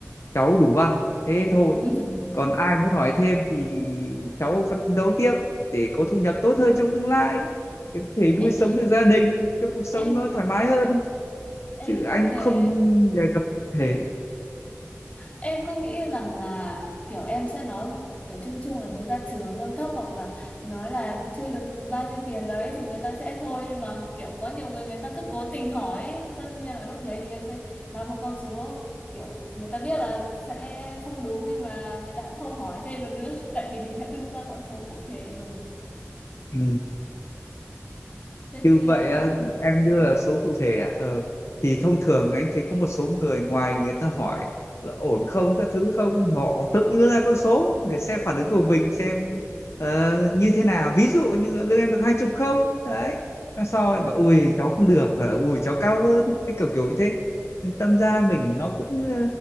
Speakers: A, on the left; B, on the left.
A: cháu đủ ăn thế thôi
B: ừ.
A: còn ai muốn hỏi thêm thì cháu phấn đấu tiếp để có thu nhập tốt hơn trong tương lai để có thể nuôi
B: em
A: sống được gia đình cho cuộc sống
B: em
A: nó thoải mái hơn
B: em
A: chứ anh
B: cũng thế
A: không đề cập cụ thể
B: em cứ nghĩ rằng là kiểu em sẽ nói kiểu chung chung là mới ra trường lương thấp hoặc là nói là chưa được bao nhiêu tiền đấy thì người ta sẽ thôi nhưng mà kiểu có nhiều người người ta cứ cố tình hỏi ấy. tất nhiên là lúc đấy thì em sẽ nói một con số kiểu người ta biết là sẽ không đúng nhưng mà người ta cũng không hỏi thêm được nữa <laughs> tại vì mình đã đưa ra con số cụ thể rồi
A: Ừ.
B: thế
A: Như
B: thì
A: vậy
B: à,
A: á, em
B: ừ,
A: đưa là số cụ thể à? Ờ, thì thông thường anh thấy có một số người ngoài người ta hỏi là ổn không các thứ không thì họ tự đưa ra con số để xem phản ứng của mình xem ờ, như thế nào ví dụ như lương em được hai chục không đấy Xong sau rồi bảo ui cháu không được và ui cháu cao hơn Đấy, kiểu kiểu như thế tâm ra mình nó cũng ờ,